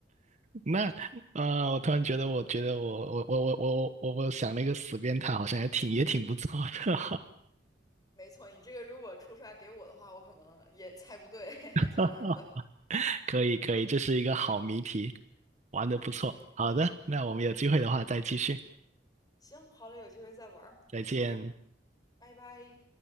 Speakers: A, on the right; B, on the left.
A: 那啊、呃我突然觉得，我觉得我我我我我我我想了一个死变态，好像也挺也挺不错的，
B: 没错，你这个如果出出来给我的话，我可能也猜不对，<laughs> 还挺难的。
A: <laughs> 可以可以，这是一个好谜题，玩的不错。
B: 嗯，
A: 好的，那我们有机会的话再继续，
B: 行，好嘞，有机会再玩儿
A: 再见。
B: 拜拜。